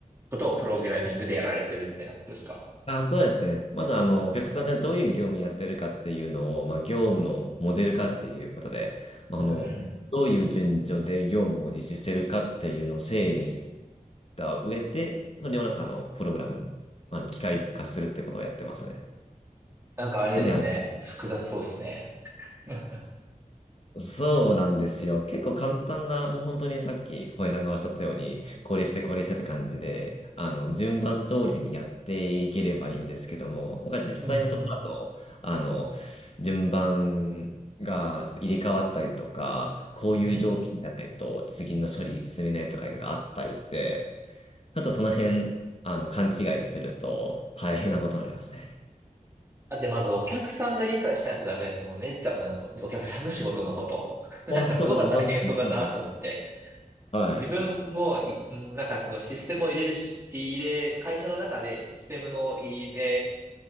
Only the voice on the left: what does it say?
あ、そうですね。まず、あの、お客さんがどういう業務やってるかっていうのを、まあ、業務のモデル化っていうことで、まあ、
あの、どういう順序で業務を実施してるかっていうのを整理した上で、それをなんか、あの、プログラム、まあの、機械化するってことをやってますね。
なんで、あの、
そうなんですよ。結構簡単な、もう本当にさっき小林さんがおっしゃったように、これしてこれしてって感じで、あの、順番通りにやっていければいいんですけども、僕は実際のところだと、
あの、順番がちょっと入れ替わったりとか、こういう条件じゃないと次の処理進めないとかいうのがあったりして、
あとその辺、あの、勘違いすると大変なことになりますね。
あ、
そうですうそうそうはい。